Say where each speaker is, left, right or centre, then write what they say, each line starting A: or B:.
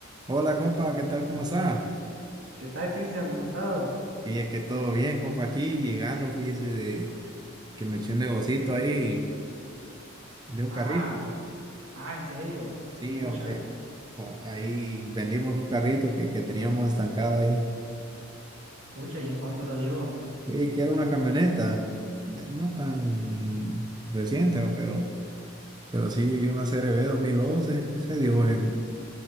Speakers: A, on the right; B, on the right.
A: Hola, compa, ¿qué tal? ¿Cómo está?
B: ¿Qué tal, Cristian? ¿Cómo has estado?
A: Fíjese que todo bien, compa, aquí llegando, fíjese de que me eché un negocito ahí de un
B: Ah,
A: carrito.
B: ah, en serio.
A: Sí,
B: Pucha,
A: hombre, co- ahí vendimos un carrito que, que teníamos estancado ahí.
B: pucha, ¿y en cuánto lo dio?
A: Oye, que era una camioneta, de- no tan reciente, ¿va? pero, pero sí una Serie B 2011, se dio en,